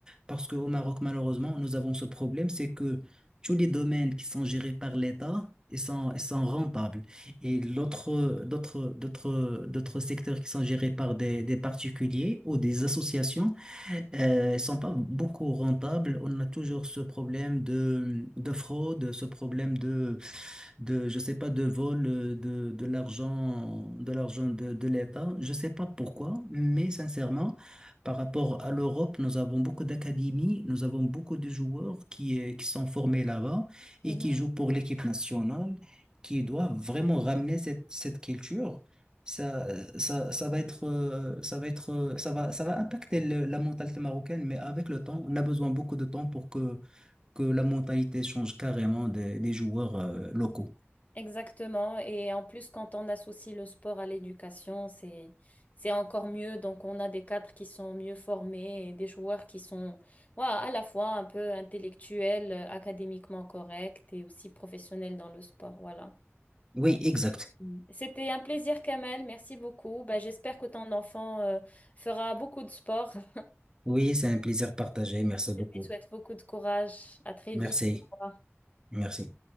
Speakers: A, on the right (about 15°); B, on the left (about 35°).
A: parce qu'au Maroc, malheureusement, nous avons ce problème, c'est que tous les domaines qui sont gérés par l'État, ils sont, ils sont rentables. Et l'autre, d'autres, d'autres, d'autres secteurs qui sont gérés par des, des particuliers ou des associations, mais euh, ils sont pas beaucoup rentables. On a toujours ce problème de, de fraude, ce problème de, de, je sais pas, de vol euh, de, de l'argent, de l'argent de, de l'État. Je sais pas pourquoi, mais sincèrement, par rapport à l'Europe, nous avons beaucoup d'académies, nous avons beaucoup de joueurs qui, euh, qui sont formés là-bas
B: Mhm.
A: et qui jouent pour l'équipe nationale, qui doivent vraiment ramener cette, cette culture. Ça, ça, ça va être, euh, ça va être, euh, ça va, ça va impacter le- la mentalité marocaine, mais avec le temps, on a besoin beaucoup de temps pour que, que la mentalité change carrément des, des joueurs, euh, locaux.
B: Exactement. Et en plus, quand on associe le sport à l'éducation, c'est, c'est encore mieux. Donc, on a des cadres qui sont mieux formés et des joueurs qui sont, voilà, à la fois un peu intellectuels, euh, académiquement corrects et aussi professionnels dans le sport. Voilà.
A: Oui, exact.
B: Mm. C'était un plaisir, Kamel. Merci beaucoup. Bah, j'espère que ton enfant euh, fera beaucoup de sport. <laughs>
A: Oui, c'est un plaisir partagé. Merci beaucoup.
B: Je lui souhaite beaucoup de courage. À très
A: Merci.
B: vite. Au revoir.
A: Merci.